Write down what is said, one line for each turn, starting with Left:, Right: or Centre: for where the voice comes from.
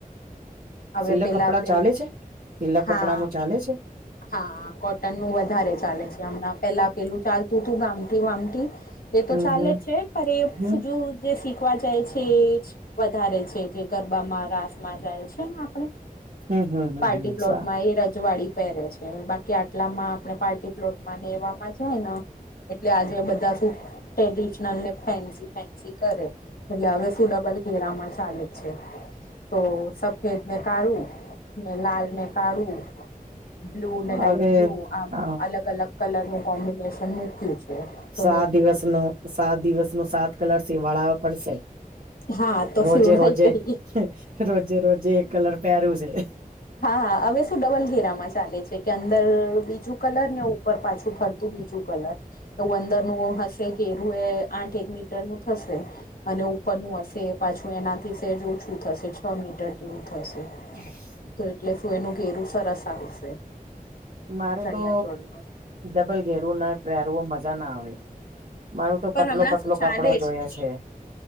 Left: હવે
Right: સિલક
Left: પેલા
Right: કપડા
Left: પેલા
Right: ચાલે છે સિલક
Left: હા
Right: કપડા નું ચાલે છે
Left: હા કોટન નું વધારે ચાલે છે હમણાં પેલા પેલું ચાલતું હતું ગામથી વામથી એ તો
Right: હમ
Left: ચાલે
Right: હમ
Left: જ છે પણ
Right: હમ
Left: એ તજું જે શીખવા જાય છે એ વધારે છે જે ગરબામાં રાસ માં જાય છે ને આપણે
Right: હમ હમ હમ
Left: પાર્ટી
Right: હમ
Left: પ્લોટ
Right: સા
Left: માં એ રજવાડી પહેરે છે. બાકી આટલામાં આપણે પાર્ટી પ્લોટમાંને એવામાં જાય ને, એટલે આજે બધા શું? ટ્રેડિશનલ ને ફેન્સી ફેન્સી કરે. એટલે હવે શું, ડબલ ઘેરામાં ચાલે છે. તો સબ ખેતને કાઢું, લાલને કાઢું. બ્લુ ને લાઈટ
Right: હવે
Left: બ્લુ, આમ
Right: હ
Left: અલગ અલગ કલર નું કોમ્બિનેશન મૂકયું છે. તો
Right: સાત
Left: મેં કીધું
Right: દિવસનો, સાત દિવસનો, સાત કલર બનાવવા પડશે.
Left: હા તો
Right: રોજે
Left: સીવડાઈ
Right: રોજે,
Left: દઈએ
Right: રોજે રોજે, એક કલર પહેરું છે.
Left: હા, હા. હવે શું, ડબલ ઘેરામાં ચાલે છે કે અંદર બીજું કલર ને ઉપર પાછું ફરું. બીજું કલર તો અંદરનું હશે. ઘેરું એ આઠ-એક મીટર નું થશે. અને ઉપરનું હશે, પાછું એનાથી સેજ ઓછું થશે. છ મીટર જેવું થશે.
Right: હમ.
Left: એટલે શું, એનું ઘેરું સરસ આવશે.
Right: મારે
Left: ચણિયા
Right: તો
Left: ચોળીમાં
Right: ડબલ ઘેરવું ના પહેરવો, મજા ના આવે. મારું તો
Left: પણ
Right: પતલો-પતલો
Left: હમણાં શું ચાલે
Right: કપડો જોઈએ છે.